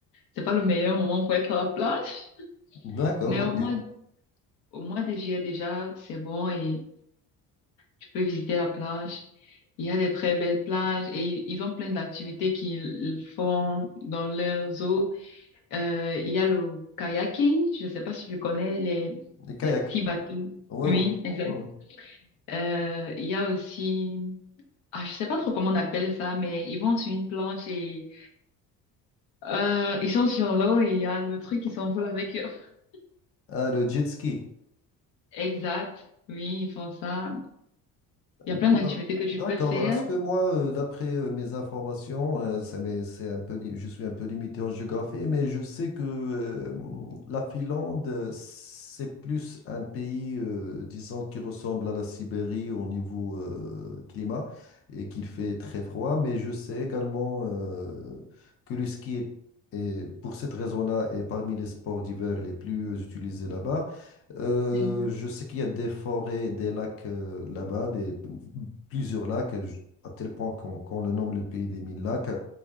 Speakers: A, on the left; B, on the left.
A: c'est pas le meilleur moment pour être à la plage.
B: D'accord,
A: Mais
B: OK.
A: au mois, au mois de juillet, déjà, c'est bon et tu peux visiter la plage. Il y a des très belles plages et ils ont plein d'activités qu'ils font dans leurs eaux. Euh, il y a le kayaking, je ne sais pas si tu connais les,
B: Les kayaks.
A: les petits bateaux.
B: Ouais,
A: Oui,
B: ouais.
A: exact.
B: Ouais, ouais.
A: Euh, il y a aussi, ah, je sais pas trop comment on appelle ça, mais ils vont sur une planche et euh, ils sont sur l'eau et il y a le truc qui s'envole avec eux. <laughs>
B: Ah, le jet ski.
A: Exact. Oui, ils font ça. Il y
B: D'accord,
A: a plein d'activités que tu
B: d'accord.
A: peux faire.
B: Parce que moi, euh, d'après euh, mes informations, euh, ça m'est- c'est un peu, li- je suis un peu limité en géographie, mais je sais que euh, la Finlande, euh, c'est plus un pays, euh, disons, qui ressemble à la Sibérie au niveau euh, climat et qu'il fait très froid. Mais je sais également euh, que le ski est, est- pour cette raison-là, est parmi les sports d'hiver les plus euh, utilisés là-bas. Euh,
A: Exact.
B: je sais qu'il y a des forêts, des lacs euh, là-bas, des, plusieurs lacs, je- à tel point qu'on qu'on le nomme le pays des mille lacs.